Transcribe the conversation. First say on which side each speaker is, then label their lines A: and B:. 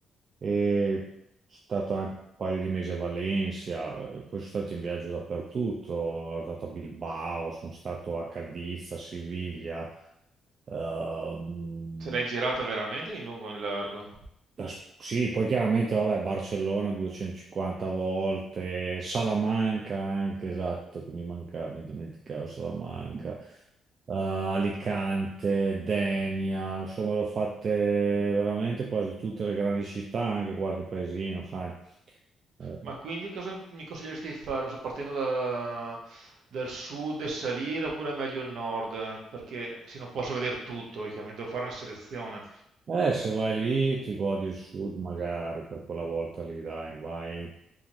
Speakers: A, on the right; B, on the right.
A: E stato anche un paio di mesi a Valencia, eh, poi sono stato in viaggio dappertutto, sono stato a Bilbao, sono stato a Cadiz, a Siviglia, ehm,
B: ce l'hai girata veramente in lungo e in largo?
A: a S- sì, poi chiaramente, vabbè, Barcellona 250 volte, Salamanca anche, esatto, che mi mancava, mi dimenticavo Salamanca. eh, Alicante, Denia, insomma, l'ho fatte veramente quasi tutte le grandi città, anche qualche paesino, sai. Ehm,
B: Ma quindi cosa mi mi consiglieresti di fare? Non so, partendo da- dal sud e salire oppure meglio il nord? Perché sì, non posso vedere tutto, chiaramente devo fare una selezione.
A: Eh, se vai lì ti godi il sud magari per quella volta lì, dai, vai,